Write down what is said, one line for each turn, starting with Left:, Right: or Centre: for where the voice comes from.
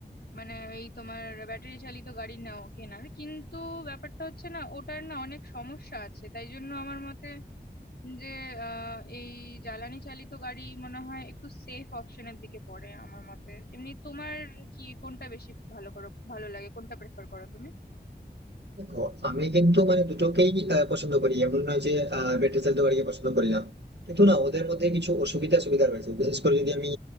Left: মানে এই তোমার ব্যাটারি চালিত গাড়ি নাও কেনার কিন্তু ব্যাপারটা হচ্ছে না ওটার না অনেক সমস্যা আছে তাই জন্য আমার মতে যে আহ এই জ্বালানি চালিত গাড়ি মনে হয় একটু সেফ অপশনের দিকে পড়ে আমার মতে এমনি তোমার কি কোনটা বেশি ভালো করো ভালো লাগে কোনটা প্রেফার করো তুমি
Right: দেখো আমি কিন্তু মানে দুটোকেই আহ, পছন্দ করি এমন নয় যে ব্যাটারি চালিত গাড়িকে পছন্দ করি না কিন্তু না ওদের মধ্যে কিছু অসুবিধা সুবিধা রয়েছে বিশেষ করে যদি আমি